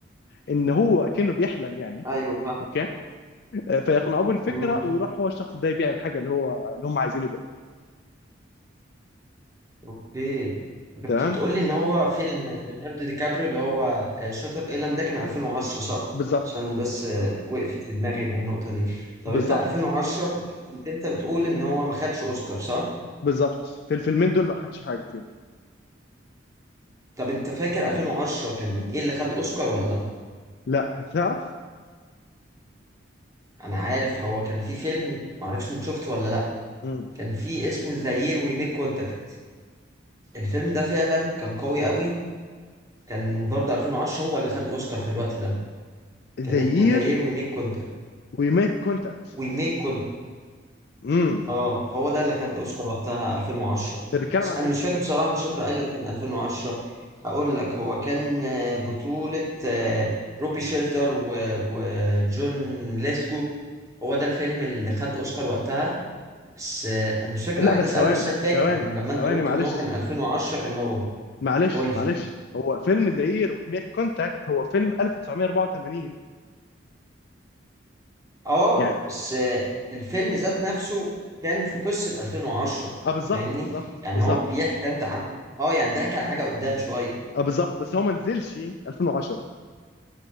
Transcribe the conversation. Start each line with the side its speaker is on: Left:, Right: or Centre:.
Left: ان هو كانه بيحلم يعني
Right: ايوه
Left: اوكي آه، فيقنعوه بالفكره
Right: فهمت
Left: ويروح هو الشخص ده يبيع الحاجه اللي هو اللي هم عايزين يبيعوها
Right: اوكي انت
Left: تمام
Right: كنت بتقول لي ان هو فيلم ليوناردو دي كابريو اللي هو آه، شاتر ايلاند ده كان 2010 صح
Left: بالظبط
Right: عشان بس آه، وقفت في دماغي النقطة دي طب
Left: بالظبط
Right: انت 2010 كنت كنت انت بتقول ان هو ما خدش اوسكار صح
Left: بالظبط في الفيلمين دول ما خدش حاجه فيهم
Right: طب انت فاكر 2010 كان ايه اللي خد اوسكار ولا
Left: لا هتعرف
Right: انا عارف هو كان في فيلم ما اعرفش انت شفته ولا لا
Left: امم
Right: كان في اسمه ذا يير وي ميك كونتاكت الفيلم ده فعلا كان قوي قوي كان برضه 2010 هو اللي خد اوسكار في الوقت ده
Left: ذا
Right: كان
Left: يير
Right: اسمه ذا يير وي ميك كونتاكت
Left: وي ميك كونتاكت
Right: وي ميك
Left: امم
Right: اه هو ده اللي خد اوسكار وقتها 2010
Left: ده بيتكلم
Right: بس
Left: عن
Right: انا
Left: ايه
Right: مش
Left: الفيلم
Right: فاكر
Left: ده
Right: بصراحه ان شاتر ايلاند كان 2010 اقول لك هو كان آه، بطوله آه، روبي شيلتر و- وجون ليسكو هو ده الفيلم اللي خد اوسكار وقتها بس آه، انا مش فاكر
Left: لا
Right: الاحداث
Left: بس ثواني
Right: قوي بس انا فاكر
Left: ثواني
Right: ان لما
Left: ثواني
Right: انت قلت
Left: معلش
Right: ان هو كان 2010 كان هو
Left: معلش
Right: قول لي
Left: معلش هو فيلم ذا يير وي ميك كونتاكت هو فيلم 1984
Right: اه
Left: يعني
Right: بس آه، الفيلم ذات نفسه كان في قصه 2010
Left: اه بالظبط
Right: فاهمني
Left: بالظبط
Right: يعني
Left: بالظبط
Right: هو بيحكي اه يعني بيحكي على حاجه قدام شويه
Left: اه بالظبط بس هو ما نزلش 2010